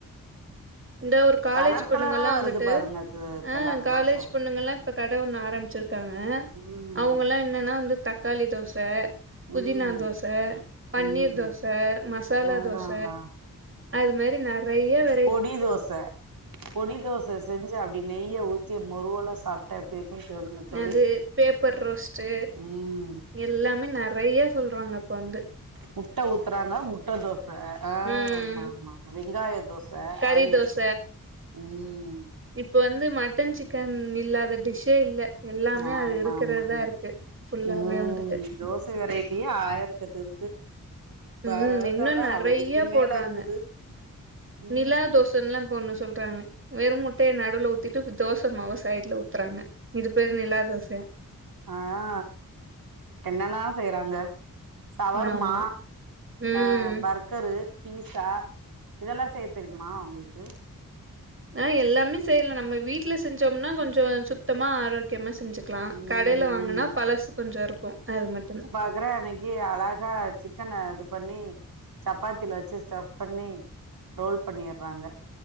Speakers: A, on the right; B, on the right.
A: இந்த ஒரு காலேஜ்
B: கலர்
A: பொண்ணுங்கல்லா
B: கலரா வருது
A: வந்துட்டு
B: பாருங்க அது இப்பெல்லா
A: அ காலேஜ்
B: தோச
A: பொண்ணுங்கல்லா இப்ப கட ஒன்னு ஆரம்ச்சிருக்காங்க
B: ம்
A: அவுங்கல்லா என்னனா வந்து தக்காளி தோச புதினா
B: ம்
A: தோச, பன்னீர்
B: ம்
A: தோச, மசாலா
B: அதா
A: தோச
B: அதா
A: அது மாரி ந றையா வெ
B: பொடி தோச பொடி தோச செஞ்சு அப்டி நெய்ய ஊத்தி முறுவல சாப்ட்ட எப்டி இரு ம் சொல்லுங்க தோழி
A: அது பேப்பர் ரோஸ்ட்டு
B: ம்
A: எல்லாமே நெறையா சொல்றாங்க இப்ப வந்து
B: முட்ட ஊத்தறாங்க முட்ட தோச அ ஆ
A: ம்
B: ஆமா ஆமா ஆமா வெங்காய தோ ச
A: கறி
B: ஆனியன்
A: தோச
B: ம்
A: இப்ப வந்து மட்டன், சிக்கன் இல்லாத டிஷ்ஷே இல்ல எல்லாமே
B: ஆமாமாமா
A: அது இருக்கிறதுதா இருக்கு ஃபுல்லாவே
B: ம்
A: வந்துட்டு
B: தோச வெரைட்டியே ஆயரத்தெட்டு இருக்கு பரோட்டாலா
A: ம் இன்னு நெறையா
B: அதுக்கு மேல
A: போட்றாங்க
B: இருக்குது ம்
A: நிலா தோ சன்லா இப்போ ஒன்னு சொல்றாங்க வெறு முட்டைய நடுவ்ல ஊத்திட்டு தோச மாவ சைட்ல ஊத் தறாங்க இது பேர் நிலா தோசையா
B: அதா என்னலா செய்றாங்க சவர்மா
A: ஆமா ம்
B: அ பர் கரு, பீஸா இதெல்லா செய்ய தெரியுமா உங்கள்க்கு
A: நா எல்லாமே செய்யலா நம்ம வீட்ல செஞ்சம்னா கொஞ்சோ சுத்தமா ஆரோக்கியமா செஞ்சுக் கலா
B: ம்
A: கடைல வாங்குனா பழசு கொஞ்சோ இருக்கு அது மட்டுந்தா
B: கர அன்னைக்கி அழகா சிக்கன இது பண்ணி சப்பாத்தில வச்சு ஸ்டஃப் பண்ணி ரோல் பண்ணீர்றாங்க